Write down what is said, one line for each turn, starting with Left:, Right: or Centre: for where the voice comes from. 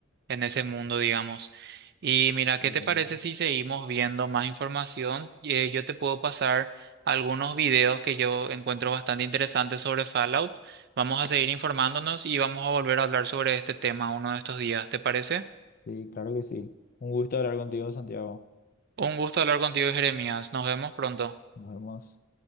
Right: en ese mundo, digamos. Y mira,
Left: exactamente.
Right: ¿qué te parece si seguimos viendo más información? Eh, yo te puedo pasar algunos videos que yo encuentro bastante interesantes sobre Fallout. Vamos a seguir informándonos y vamos a volver a hablar sobre este tema uno de estos días, ¿te parece?
Left: Sí, claro que sí. Un gusto hablar contigo, Santiago.
Right: Un gusto hablar contigo, Jeremías. Nos vemos pronto.
Left: Nos vemos.